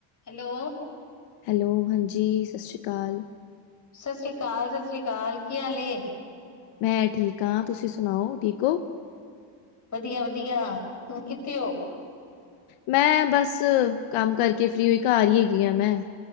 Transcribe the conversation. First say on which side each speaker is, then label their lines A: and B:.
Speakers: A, on the left; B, on the left.
A: Hello,
B: hello ਹਾਂਜੀ ਸਸ ਰੀ ਕਾਲ।
A: ਸਸ ਰੀ ਕਾਲ ਸਸ ਰੀ ਕਾਲ ਕੀ ਹਾਲ ਏ?
B: ਮੈਂ ਠੀਕ ਆਂ ਤੁਸੀਂ ਸਨਾਓ ਠੀਕ ਓਂ।
A: ਵਦੀਆ-ਵਦੀਆ, ਹੁਨ ਕਿੱਥੇ ਓਂ?
B: ਮੈਂ ਬਸ ਕੰਮ ਕਰਕੇ ਫਰੀ ਹੋਈ ਘਰ ਈ ਹੈਗੀ ਆਂ ਮੈਂ,